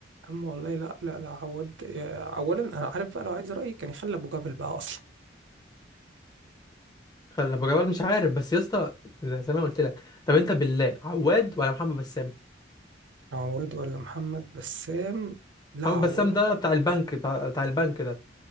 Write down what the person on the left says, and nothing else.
خلي ابو جبال مش عارف بس يا اسطى زي ما قلت لك طب انت بالله عواد ولا محمد بسام
محمد
بسام ده بتاع البنك بتاع, بتاع البنك ده